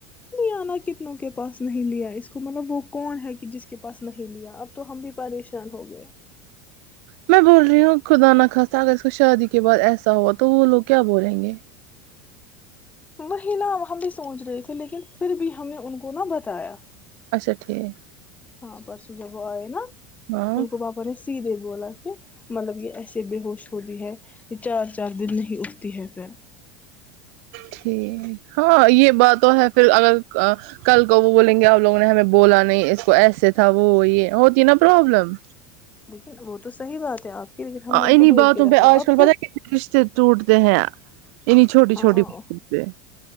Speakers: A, on the left (about 15°); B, on the right (about 50°).
A: لے نا کتنوں کے پاس نہیں لیا اس کو مطلب وہ کون ہے کہ جس کے پاس نہیں لیا اب تو ہم بھی پریشان ہو گئے
B: میں بول رہی ہوں خدا ن خواستہ اگر اس کو شادی کے بعد ایسا ہو تو تو وہ لوگ کیا بولیں گے
A: وہی نہا ہم بھی سوچ رہے تھے لیکن پھر بھی ہم نے ان کو نہ بتایا
B: اچھا ٹھیک
A: ہاں پرسوں جب آے نا
B: ہاں
A: ان کو وہاپر ہے سی دےو بولا کہ مطلب یہ ایس ب ہووش ہوتی ہے یہ چار چار دن نہیں اٹھتی ہے پھر
B: ٹھیک ہاں یہ بات تو ہے پھر اگر کل کو وہ بولیں گے ا لوگوں نے ہمیں بولا نہیں اس کو ایسے تھا وہ یہ ہوتی نا پرابلم
A: لیکن وہ تو صحیح بات ہے آپ کی لیکن ہم
B: انہیں
A: نے ان کو بول
B: باتوں
A: کے رکھا
B: پہ آج
A: اب
B: کل
A: پھر
B: پتہ ہے کتنے رشتے ٹوٹتے ہیں انہیں چھوٹی
A: ہاں
B: چھوٹی باتوں پہ